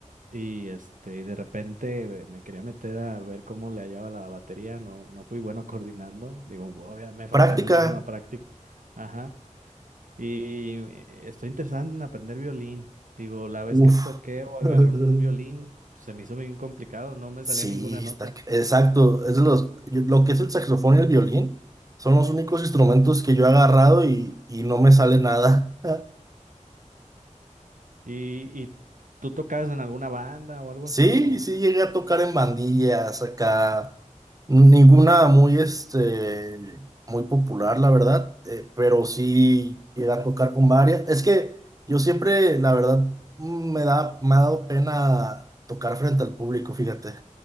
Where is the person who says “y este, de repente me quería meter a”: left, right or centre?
Right